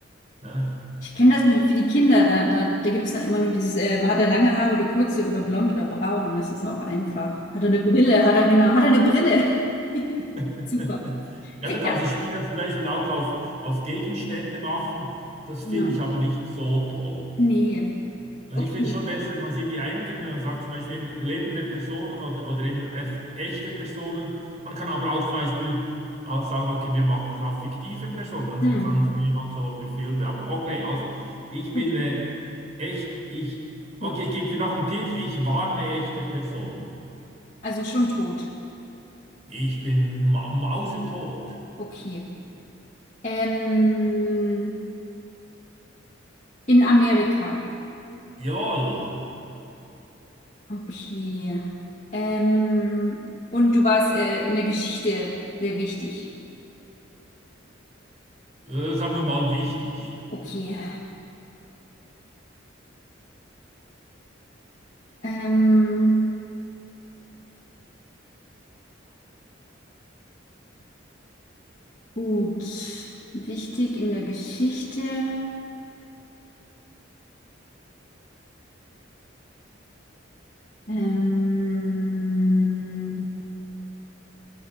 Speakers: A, on the right; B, on the left.
A: ne?
B: Ich kenne das mit, für die Kinder. Da, da, da gibt es dann immer nur dieses, ähm, hat er lange Haare oder kurze oder blond oder braun. Das ist auch einfach. Hat er eine Brille? Hat er genau. Hat er eine Brille? <laughs>
A: <laughs>
B: Super.
A: Ja,
B: Kriegt
A: du kannst
B: er.
A: das Spiel ja zum Beispiel auch auf, auf Gegenstände machen. Das finde
B: Genau.
A: ich aber nicht so toll.
B: Nee.
A: Also
B: Okay.
A: ich finde schon besser, wenn man es irgendwie eingrenzt, wenn man sagt zum Beispiel eben lebende Personen oder, oder eben einfach echte Personen. Man kann aber auch zum Beispiel auch sagen, okay, wir machen das auf fiktive Personen, dann
B: Hm.
A: sind es mehr halt so über Filme. Aber okay, also ich
B: Gut.
A: bin äh, echt, ich, okay,
B: Hm.
A: ich gebe dir noch einen Tipp, ich war eine echte Person.
B: Also schon tot.
A: Ich bin ma mausetot.
B: Okay. Ähm, in Amerika.
A: Jawohl,
B: Okay. Ähm, und du warst äh, in der Geschichte sehr wichtig.
A: äh, sagen wir mal wichtig.
B: Okay. Ähm, gut. Wichtig in der Geschichte. Ähm,